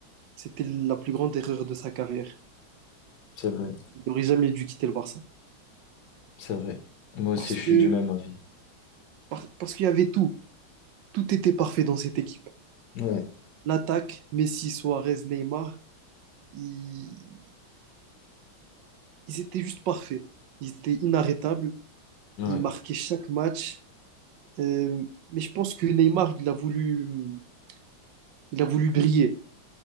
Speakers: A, on the right; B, on the left.
A: c'était la plus grande erreur de sa carrière.
B: C'est vrai,
A: Il n'aurait jamais dû quitter le Barça.
B: c'est vrai. Moi aussi,
A: Parce
B: je
A: que,
B: suis du même avis.
A: par- parce qu'il y avait tout. Tout était parfait dans cette équipe.
B: Ouais,
A: L'attaque, Messi, Suarez, Neymar, ils, ils étaient juste parfaits. Ils étaient inarrêtables.
B: ouais,
A: Ils marquaient chaque match. Euh, mais je pense que Neymar, il a voulu, il a voulu briller.